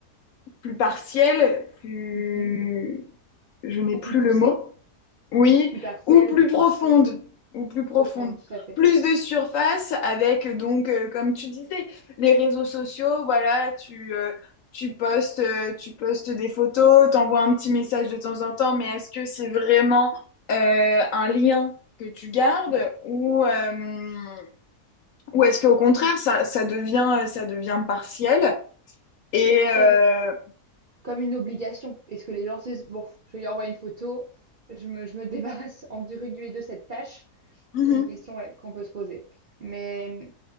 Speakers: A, on the left; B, on the right.
A: plus partielles, plus
B: Mhm.
A: je n'ai
B: Ou
A: plus
B: plus poussée,
A: le mot. Oui,
B: plus partielle,
A: ou plus
B: ou plus
A: profonde,
B: poussée,
A: ou plus profonde.
B: profonde, tout à fait.
A: Plus de surface avec donc, euh, comme tu disais, les réseaux sociaux, voilà, tu, euh, tu postes, euh, tu postes des photos, t'envoies un petit message de temps en temps, mais est-ce que c'est vraiment euh, un lien que tu gardes
B: Hmm.
A: ou, euh, ou est-ce qu'au contraire, ça, ça devient, euh, ça devient partiel et euh,
B: Comme comme une obligation. Est-ce que les gens se disent, bon, je lui envoie une photo, je me, je me débarrasse entre guillemets de cette tâche?
A: mhm,
B: C'est une question ouais, qu'on peut se poser. Mais